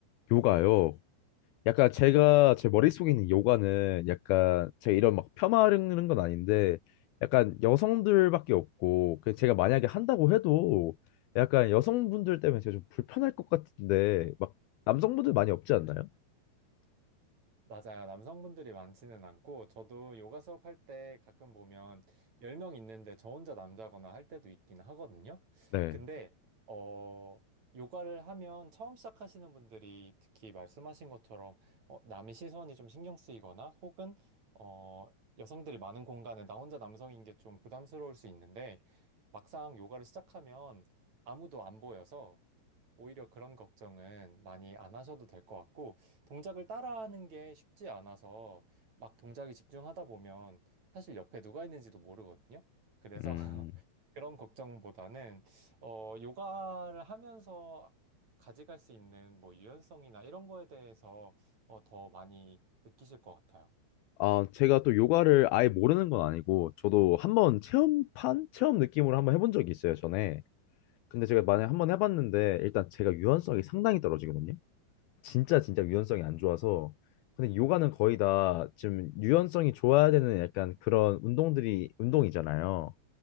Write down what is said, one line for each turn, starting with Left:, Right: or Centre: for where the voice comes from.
Left: 요가요. 약간 제가 제 머릿속에 있는 요가는 약간 제가 이런 막 폄하하는 건 아닌데 약간 여성들밖에 없고 그 제가 만약에 한다고 해도 약간 여성분들 때문에 제가 좀 불편할 것 같은데 막 남성분들 많이 없지 않나요?
Right: 맞아요. 남성분들이 많지는 않고, 저도 요가 수업할 때 가끔 보면 10명 있는데 저 혼자 남자거나 할 때도 있긴 하거든요.
Left: 네.
Right: 근데, 어, 요가를 하면 처음 시작하시는 분들이 특히 말씀하신 것처럼, 어, 남의 시선이 좀 신경 쓰이거나, 혹은, 어, 여성들이 많은 공간에 나 혼자 남성인 게 좀 부담스러울 수 있는데, 막상 요가를 시작하면 아무도 안 보여서, 오히려 그런 걱정은 많이 안 하셔도 될 것 같고, 동작을 따라하는 게 쉽지 않아서 막 동작에 집중하다 보면 사실 옆에 누가 있는지도 모르거든요. 그래서
Left: 음,
Right: <laughs> 그런 걱정보다는 어, 요가를 하면서 가져갈 수 있는 뭐 유연성이나 이런 거에 대해서 어, 더 많이 느끼실 것 같아요.
Left: 아, 제가 또 요가를 아예 모르는 건 아니고, 저도 한번 체험판? 체험 느낌으로 한번 해본 적이 있어요, 전에. 근데 제가 만약에 한번 해봤는데, 일단 제가 유연성이 상당히 떨어지거든요. 진짜 진짜 유연성이 안 좋아서. 근데 요가는 거의 다 지금 유연성이 좋아야 되는 약간 그런 운동들이, 운동이잖아요.